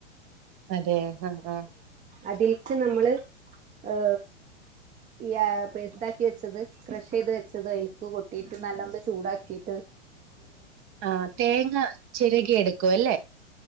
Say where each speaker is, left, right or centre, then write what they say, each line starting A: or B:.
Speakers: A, on the right; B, on the right.
A: അതെ ആ ആ
B: അതിൽക്ക് നമ്മള് ഏ ഈ പേസ്താക്കി വെച്ചത് ക്രഷ് ചെയ്ത് വെച്ചത് അലക്ക് കൊട്ടിട്ട് നല്ലന്ന് ചൂടാക്കിട്ട്
A: ആ തേങ്ങ ചിരകി എടുക്കും അല്ലേ